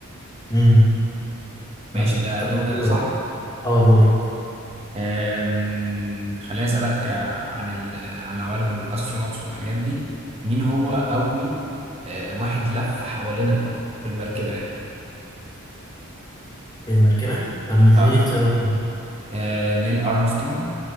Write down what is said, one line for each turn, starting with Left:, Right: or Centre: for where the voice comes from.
Left: امم
Right: ماشي
Left: آه،
Right: ده
Left: طب
Right: دور انا
Left: دورك
Right: صح
Left: بقى. اه دور
Right: أم... خليني اسالك آه، عن ال... عن العوالم والاسترونوتس والحاجات دي مين هو اول آه، واحد لف حوالين الارض بالمركبه يعني
Left: في المركبه طب ما تديني
Right: اه
Left: اختيارات كده.
Right: آه، نيل ارمسترونج